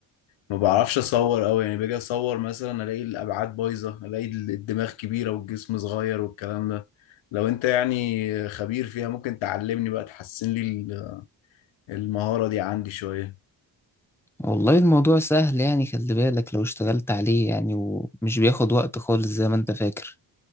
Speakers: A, on the left; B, in the centre.
A: ما بعرفش اصور قوي يعني باجي اصور مثلا الاقي الابعاد بايظة الاقي الدماغ كبيرة والجسم صغير والكلام ده لو انت يعني خبير فيها ممكن تعلمني بقى تحسن لي المهارة دي عندي شوية
B: والله الموضوع سهل يعني خلي بالك لو اشتغلت عليه يعني ومش بياخد وقت خالص زي ما انت فاكر